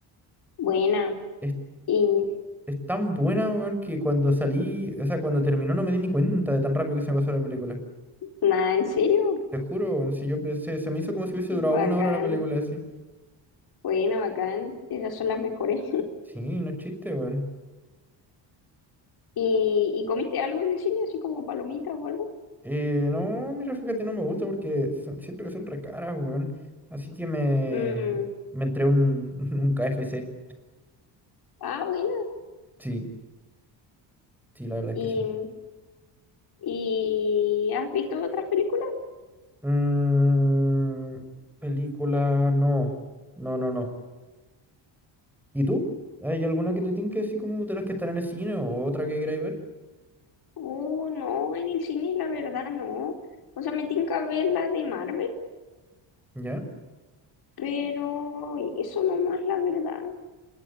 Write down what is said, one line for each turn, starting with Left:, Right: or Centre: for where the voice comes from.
Left: Buena.
Centre: Es,
Left: Y
Centre: es tan buena, weón, que cuando salí, o sea, cuando terminó no me di ni cuenta de tan rápido que se me pasó la película.
Left: nada, ¿en serio?
Centre: Te juro, si yo pensé, se me hizo como si hubiese durado
Left: Bacán.
Centre: una hora la película así.
Left: Buena, bacán. Esas son las mejores.
Centre: Sí, no es chiste, weón.
Left: ¿Y, y comiste algo en el cine, así como palomitas o algo?
Centre: Eh, no, mira, fíjate, no me gusta porque son- siento que son re caras, weón. Así que me,
Left: Mm,
Centre: me entré un, <laughs> un KFC.
Left: Ah, bueno.
Centre: Sí, sí, la verdad es
Left: ¿Y,
Centre: que sí.
Left: y has visto otras películas?
Centre: Mm, película, no. No, no, no. ¿Y tú? ¿Hay alguna que te tinque así como de las que están en el cine o otra que queráis ver?
Left: Oh, no, en el cine la verdad no. O sea, me tinca ver la de Marvel,
Centre: ¿Ya?
Left: pero eso nomás la verdad.